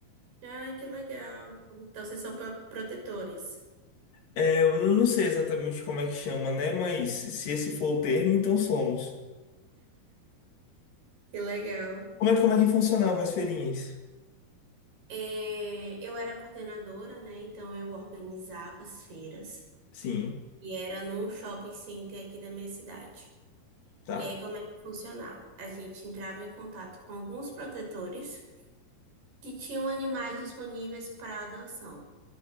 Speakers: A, on the right; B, on the left.
A: Ai, que legal. Então vocês são pro- protetores.
B: É, eu não sei exatamente como é que chama, né? Mas se esse for o termo, então somos.
A: Que legal.
B: Como é, como é que funcionavam as feirinhas?
A: É, eu era coordenadora, né? Então eu organizava as feiras
B: Sim,
A: e era num shopping center aqui da minha cidade.
B: tá.
A: E aí como é que funcionava? A gente entrava em contato com alguns protetores que tinham animais disponíveis para adoção.